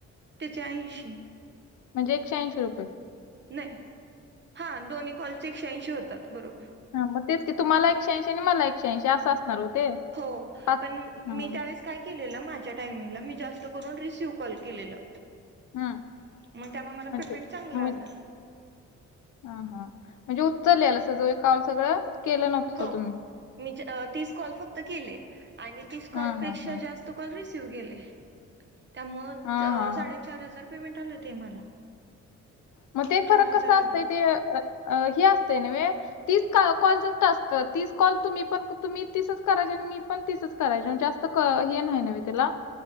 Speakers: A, on the right (about 35°); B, on the left (about 70°).
A: त्याचे ऐंशी,
B: म्हणजे एकशे ऐंशी रुपये.
A: नाही हा दोन्ही कॉलचे एकशे ऐंशी होतात बरोबर.
B: हा मग तेच की, तुम्हाला एकशे ऐंशी आणि मला एकशे ऐंशी असं असणार हो ते.
A: हो,
B: पाच
A: पण
B: हां,
A: मी त्यावेळेस काय केलेलं माझ्या टामिंगला, मी जास्त करून रिसीव्ह कॉल केलेलं.
B: हं
A: मग त्यामुळे मला
B: म्हणजे
A: पेमेंट चांगलं
B: मज
A: आलं
B: हा हा म्हणजे उचललेला सज काल सगळं, केलं नव्हतंसा
A: हो
B: तुम्ही.
A: मी तीस कॉल फक्त केले आणि तीस
B: हा
A: कॉलपेक्षा
B: हा हा
A: जास्त कॉल रिसीव्ह केले. त्यामुळं
B: हा
A: च
B: हा
A: साडेचार
B: हा
A: हजार पेमेंट आलं ते मला.
B: मग ते खरं
A: चार
B: कसं
A: हजार
B: असतंय,
A: आले
B: ते हे असतंय नव्हे. तीस कॉलचाच टास्क, तीस कॉल तुम्हीपण तुम्ही तीसच करायचे आणि मी मीपण तीसच करायची, आणि जास्त हे नाही ना त्याला?